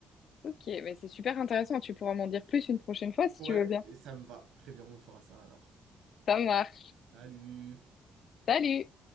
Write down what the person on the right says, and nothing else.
Ouais,
ça me va. Très bien, on fera ça alors.
Salut!